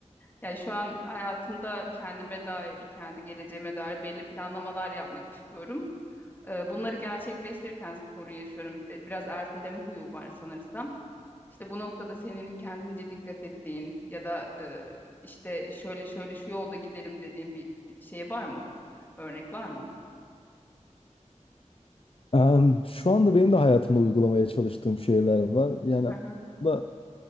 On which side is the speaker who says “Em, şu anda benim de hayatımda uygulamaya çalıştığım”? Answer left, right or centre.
Left